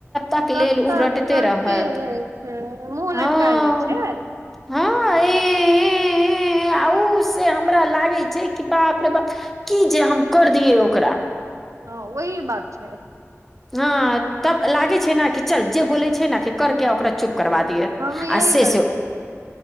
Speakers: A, in the centre; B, on the right.
A: तक
B: तब
A: लेल ओ
B: तक
A: रटते
B: करते
A: रहत
B: रहै छै, मुँह
A: हँ
B: लटका लै छैय।
A: हँ- ऐँ- ऐँ -ऐँ ऐँ आ उ से हमरा लागै छै कि, बाप रे बाप की जे हम कर दियए ओकरा।
B: हँ ओही बात छै।
A: हँ तब लागे छै न कि चल जे बोले छै न, के करके ओकरा चुप करबा दिए,
B: हमे
A: आ
B: यही
A: से
B: करै
A: से ओ
B: छियै